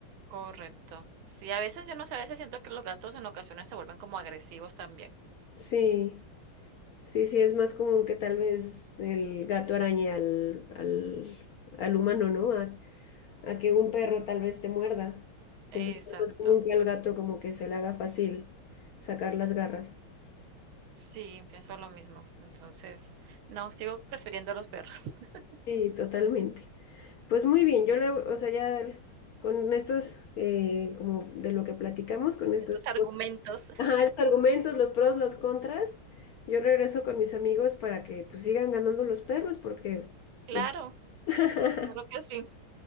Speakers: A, on the right (about 80°); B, on the left (about 75°).
A: Correcto. Sí, a veces yo no sé, a veces siento que los gatos en ocasiones se vuelven como agresivos también.
B: Sí, sí, sí, es más común que tal vez el gato arañe al, al, al humano, ¿no? A, a que un perro tal vez te muerda. Siento
A: Exacto.
B: que es más común que al gato como que se le haga fácil sacar las garras.
A: Sí, pienso lo mismo. Entonces, no, sigo prefiriendo a los perros. <laughs>
B: Sí, totalmente. Pues muy bien, yo le, o sea, ya con estos, eh, como de lo que platicamos, con
A: Con
B: estos,
A: estos argumentos.
B: pues, ajá, los argumentos, los pros, los contras, yo regreso con mis amigos para que pues sigan ganando los perros porque,
A: Claro,
B: pues... <laughs>
A: claro que sí.